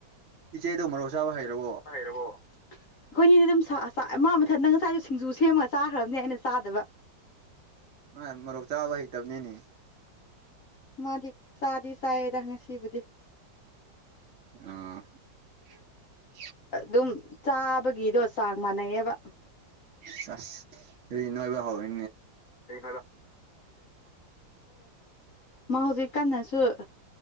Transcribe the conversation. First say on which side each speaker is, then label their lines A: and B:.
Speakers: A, on the right; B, on the left.
A: ꯏꯆꯦꯗꯣ ꯃꯨꯔꯣꯛ ꯆꯥꯕ ꯍꯩꯔꯕꯣ
B: ꯍꯩꯔꯕꯣ ꯑꯩꯈꯣꯏꯅꯤꯗꯤ ꯑꯗꯨꯝ ꯁꯥ ꯑ ꯆꯥ ꯃꯥ ꯃꯊꯟꯇ ꯉꯁꯥꯏꯁꯨ ꯁꯤꯡꯖꯨ ꯁꯦꯝꯃꯒ ꯆꯥꯈ꯭ꯔꯝꯅꯦ ꯑꯩꯅ ꯆꯥꯗꯕ
A: ꯑ ꯃꯣꯔꯣꯛ ꯆꯥꯕ ꯍꯩꯇꯕꯅꯤꯅꯦ
B: ꯃꯥꯗꯤ ꯆꯥꯗꯤ ꯆꯥꯏꯌꯦꯗ ꯉꯁꯤꯕꯨꯗꯤ
A: ꯑꯥ <inaudible>
B: ꯑꯗꯨꯝ ꯆꯥꯕꯒꯤꯗꯣ ꯆꯥꯡ ꯃꯥꯟꯅꯩꯑꯦꯕ
A: ꯆ ꯑꯩꯗꯤ ꯅꯣꯏꯕ ꯍꯧꯔꯦ
B: ꯍꯣꯏ ꯃꯥ ꯍꯧꯖꯤꯛ ꯀꯟꯅꯁꯨ ꯑ